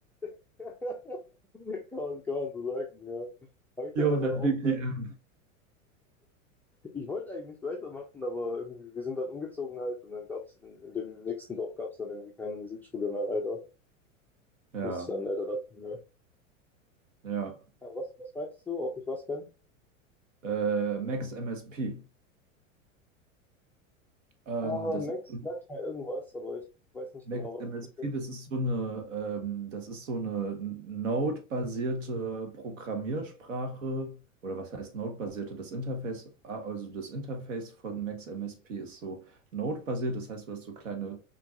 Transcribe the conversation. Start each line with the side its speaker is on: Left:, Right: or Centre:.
Centre: <laughs> Kann man, kann man so sagen, ja.
Right: <laughs>
Centre: Habe ich
Right: 400
Centre: dann aber auch
Right: BPM.
Centre: Ich wollte eigentlich weitermachen, aber irgendwie, wir sind dann umgezogen halt und dann gab es in, in dem nächsten Dorf gab es dann irgendwie keine Musikschule mehr, leider.
Right: Ja,
Centre: Musste dann leider das. Ja,
Right: ja.
Centre: Ah, was, was meinst du, ob ich was kenne?
Right: Äh, Max MSP. Ähm,
Centre: Ah,
Right: das
Centre: Max
Right: ist so
Centre: sagt mir irgendwas, aber ich weiß nicht
Right: Max
Centre: genau, was
Right: MSP,
Centre: das ist.
Right: das ist so eine, ähm, das ist so eine Node-basierte Programmiersprache. Oder was heißt Node-basierte? Das Interface, ah, also das Interface von Max MSP ist so Node-basiert. Das heißt, du hast so kleine